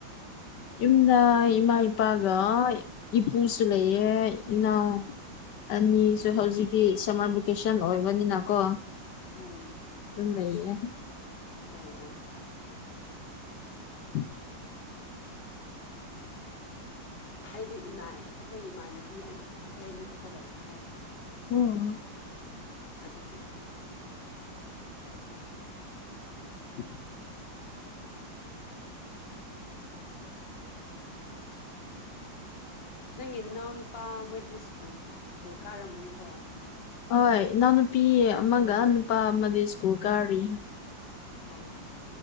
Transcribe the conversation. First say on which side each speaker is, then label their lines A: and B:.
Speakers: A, on the left; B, on the left.
A: ꯏꯝꯗ ꯏꯃ ꯏꯄꯥꯒ ꯏꯄꯨꯁꯨ ꯂꯩꯌꯦ ꯏꯅꯥꯎ ꯑꯅꯤꯁꯨ ꯍꯧꯖꯤꯛꯀꯤ ꯁꯝꯃꯔ ꯚꯦꯀꯦꯁꯟ ꯇꯟ ꯑꯣꯏꯕꯅꯤꯅꯀꯣ
B: ꯎꯝ
A: ꯑꯗꯨꯝ ꯂꯩꯌꯦ
B: ꯑꯣ ꯑꯣ
A: ꯎ
B: ꯑꯩꯗꯤ ꯏꯃꯥ ꯑꯩꯈꯣꯏ ꯏꯃꯥꯟꯅꯕꯤ ꯑꯩꯈꯣꯏ ꯑꯅꯤ ꯈꯛꯇ ꯂꯩꯕꯀꯣ
A: ꯎꯝ
B: ꯑꯗꯨꯗꯤ
A: ꯎꯝ
B: ꯅꯪꯒꯤ ꯏꯅꯥꯎ ꯅꯨꯄꯥ ꯃꯣꯏꯗꯤ ꯁꯀꯨꯜ ꯁ꯭ꯀꯨꯜ ꯀꯥꯔꯝꯅꯤꯀꯣ
A: ꯍꯣꯏ ꯏꯅꯥꯎ ꯅꯨꯨꯄꯤ ꯑꯃꯒ ꯅꯨꯄꯥ ꯑꯃꯗꯤ ꯁ꯭ꯀꯨꯜ ꯀꯥꯔꯤ
B: ꯑꯣ